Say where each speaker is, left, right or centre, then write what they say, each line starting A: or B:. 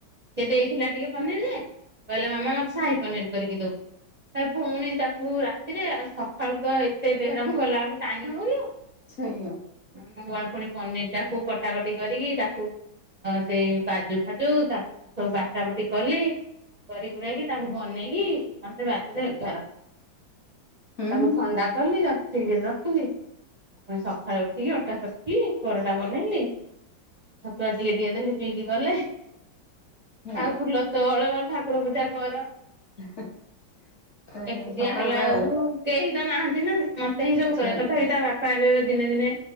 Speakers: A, on the right; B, on the left.
A: ସେ ଦେଇଥିଲା ଟିକେ ପନିର ଯେ କହିଲା ମାମା ମତେ ସାହି ପନିର କରିକି ଦବୁ । ଏ ପୁଣି ତାକୁ ରାତିରେ ଆଉ ସକାଳୁ ତ ଏତେ ବେହରାମ କଲା ବେଳକୁ ଟାଇମ ହବ କି ଆଉ?
B: ସେଇଆ
A: ପୁଣି ପନିର ଟାକୁ କଟାକଟି କରିକି ତାକୁ ଅ ସେଇ କାଜୁ ଫାଜୁ ତାକୁ ସବୁ ବାଟା ବୁଟି କଲି । କରି କୁରାକି ତାକୁ ବନେଇକି ମତେ ବାଜିଲା ଏଗାର ।
B: ହୁଁ
A: ତାକୁ ଥଣ୍ଡା କଲି ତାକୁ ଫ୍ରିଜ ରେ ରଖିଲି । ପୁଣି ସକାଳୁ ଉଠିକି ଅଟା ଚକଟି ପରଟା ବନେଇଲି । ଛତୁଆ ଟିକେ ଟିକେ ଦେଲି। ନେଇକି ଗଲେ।
B: ସେଇଆ
A: ଆଉ ଫୁଲ ତୋଳ ଠାକୁର ପୂଜା କର।
B: <inaudible>
A: <inaudible>
B: ସେଇଆ
A: ଏକୁଟିଆ
B: ସକାଳୁ
A: ହେଲା
B: ବା
A: ବେଳକୁ କେହି ତ ନାହାନ୍ତି ନା ମତେ ହିଁ ସବୁ
B: ସେଇଆ
A: କରେ ତଥାପି ତା ବାପା ଏବେ ଦିନେ ଦିନେ